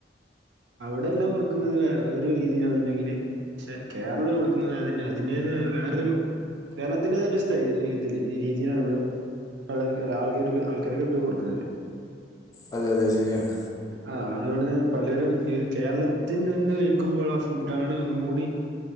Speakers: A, on the right; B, on the left.
A: ഇവിടെയ എല്ലാം കൊടുക്കുന്നത് വെറെ ഒരു രീതിയിലാന്നുണ്ടെങ്കില് പക്ഷെ കേരളം കൊടുക്കുന്നത് അതിന്റെ അതിന്റേതായ വേറൊരു കേരളത്തിന്റെത സ്റ്റൈയില് ഇതില് രീതിയിലാണ് ഇവിടെ പ്പള്ള ആൾക്കാർ ക്ക് ആൾക്കാർ കൊക്കെ കൊടുക്കുന്നില്ലേ
B: അതെ അതെ ശരിയാണ്
A: ആഹ് അതുകൊണ്ട്തെപലരുംഈഒരു കേരളത്തിൽ നിന്ന് കഴിക്കുമ്പോൾ ആ ഫുഡ ആണ് ഒന്നും കൂടി